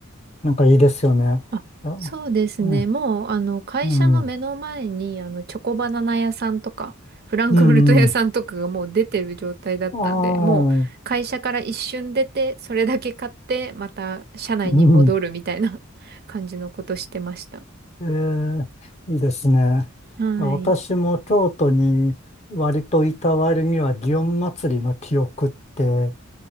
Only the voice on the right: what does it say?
あ、
そうですね。もう、あの、会社の目の前に、
あの、チョコバナナ屋さんとか、フランクフルト屋さんとかがもう出てる状態だったんで、
もう、会社から一瞬出て、それだけ買って、また、社内に戻るみたいな
<laughs> 感じのことしてました。
はい。